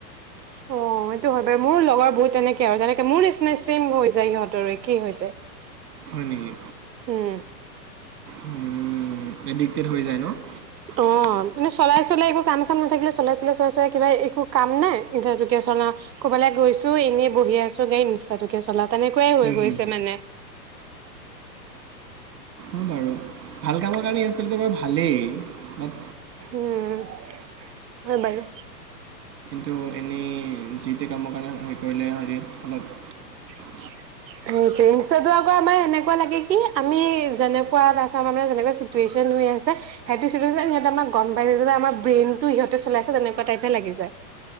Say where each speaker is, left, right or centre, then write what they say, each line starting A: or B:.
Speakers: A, on the right; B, on the right.
A: অ', এইটো হয় বাৰু, মোৰ লগৰবোৰ তেনেকে আৰু তেনেকে মোৰ নিচিনাই চেম হয় যায়, সিহঁতৰো একেই হয় যায়।
B: হয় নেকি?
A: উম।
B: উম', এডিক্টেড হৈ যায় ন? <inaudible>
A: অ মানে চলাই চলাই একো কাম চাম নাথাকিলে চলাই চলাই চলাই চলাই কিবা একো কাম নাই এতিয়া এইটোকে চলাও কবালে গৈছোঁ এনেই বহি আছো ইনষ্টা তোকে চলাও তেনেকুৱাই হৈ
B: উম,
A: গৈছে
B: হুম,
A: মানে
B: অ' বাৰু, ভাল কামৰ কাৰণে ইউজ কৰিলে বাৰু ভালেই বাট
A: উম'। হয় বাৰু।
B: কিন্তু এনেই যিটো কামৰ কাৰণে হেৰি কৰিলে এই <unintelligible> <unintelligible>
A: <inaudible> আকৌ আমাৰ এনেকে এনেকুৱা লাগে কি, আমি যেনেকুৱা তাৰ পিছত আমাৰ মানে চিটোৱেচন হৈ আছে, সেইটো চিটোৱাচন সিহঁতে আমাক গম পাই গৈছে যে, আমাৰ ব্ৰেইনতো ইহতে চলাইছে তেনেকুৱা টাইপে লাগি যায়।